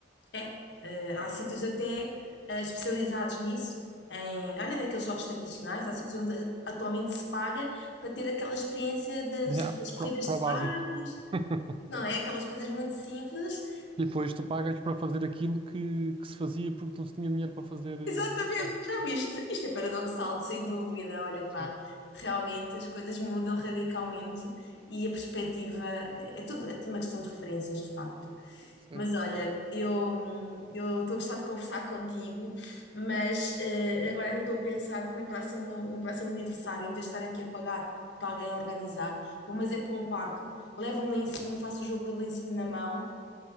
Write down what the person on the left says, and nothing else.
É, eh, há sítios até eh, especializados nisso, em, olha, naqueles jogos tradicionais, há sítios onde eh, atualmente se paga para ter aquela experiência de-
dos-
das corridas
de
sacos,
não é? Aquelas coisas muito simples,
Exatamente,
já viste? Isto é paradoxal, sem dúvida. Olha, pá,
realmente as coisas mudam radicalmente e a perspectiva é, é tudo, é tudo uma questão de referências, de facto.
Mas olha, eu hum, eu estou a gostar de conversar contigo, mas eh, agora até estou a pensar que no próximo, no próximo aniversário, em vez de estar aqui a pagar para alguém organizar, vou mas é para um parque, levo um lencinho, faço o jogo do lencinho na mão.